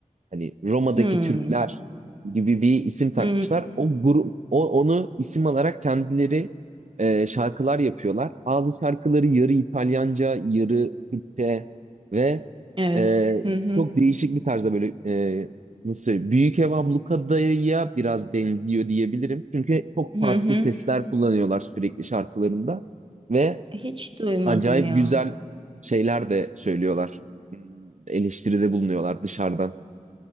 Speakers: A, on the right (about 60°); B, on the right (about 40°).
A: hani Roma'daki
B: hı.
A: Türkler gibi bir isim takmışlar.
B: Hı
A: O grup o, onu isim alarak kendileri e, şarkılar yapıyorlar. Bazı şarkıları yarı İtalyanca, yarı Türkçe ve
B: Evet.
A: e,
B: Hı hı.
A: çok değişik bir tarzda böyle e, nasıl söyleyeyim? Büyük Ev Ablukada'ya biraz benziyor diyebilirim. Çünkü çok
B: Hı
A: farklı
B: hı.
A: sesler kullanıyorlar sürekli şarkılarında ve
B: Hiç duymadım
A: acayip
B: ya.
A: güzel şeyler de söylüyorlar. Hmm, Eleştiride bulunuyorlar dışarıdan.